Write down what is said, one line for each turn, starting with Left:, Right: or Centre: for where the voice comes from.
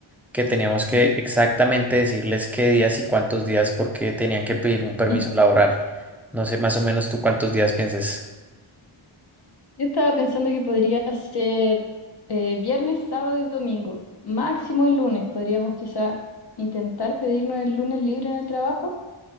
Centre: que teníamos que
Left: ¿Mm?
Centre: exactamente decirles qué días y cuántos días porque tenían que pedir un permiso
Left: <laughs>
Centre: laboral. No sé más o menos tú cuántos días pienses.
Left: Yo estaba pensando que podría ser eh, viernes, sábado y domingo, máximo el lunes. Podríamos quizá intentar pedirnos el lunes libre en el trabajo,